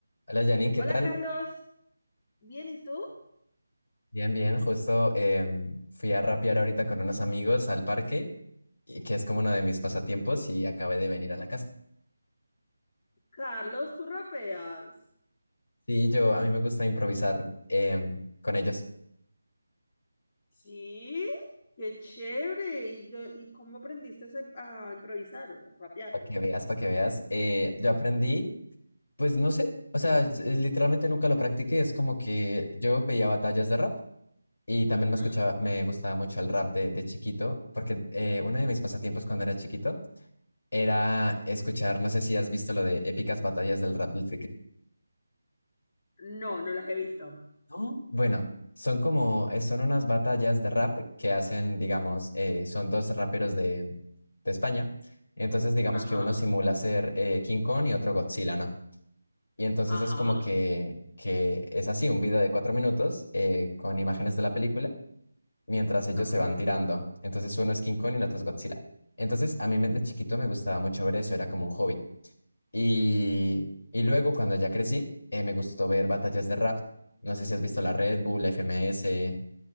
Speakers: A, on the left; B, on the left.
A: Hola Janine, ¿qué
B: Hola
A: tal?
B: Carlos, Bien, ¿y tú?
A: Bien, bien, justo em, fui a rapear ahorita con unos amigos al parque, y que es como uno de mis pasatiempos, y acabé de venir a la casa.
B: Carlos, tú rapeas.
A: Sí, yo, a mí me gusta improvisar em, con ellos,
B: Sí, qué chévere. ¿Y, no- y cómo aprendiste ese- a improvisar, rapear?
A: para que veas, para que veas. Eh, yo aprendí, pues no sé, o sea, es- eh, literalmente nunca lo practiqué, es como que yo veía batallas de rap y también
B: Ujú.
A: me escuchaba, me gustaba mucho el rap de, de chiquito, porque eh, uno de mis pasatiempos cuando era chiquito era escuchar, no sé si has visto lo de épicas batallas del rap del
B: No, no las he visto.
A: ¿no? Bueno, son como, eh, son unas batallas de rap que hacen, digamos, eh, son dos raperos de, de España. Entonces, digamos
B: Ajá,
A: que uno simula ser eh, King Kong y otro Godzilla, ¿no? Y entonces
B: ajá,
A: es como que, que es así, un video de cuatro minutos eh, con imágenes de la película, mientras ellos
B: ok.
A: se van tirando. Entonces uno es King Kong y el otro es Godzilla. Entonces, a mí me- de chiquito me gustaba mucho ver eso, era como un hobby. Y, y luego, cuando ya crecí, eh, me gustó ver batallas de rap. No sé si has visto la Red Bull, la FMS.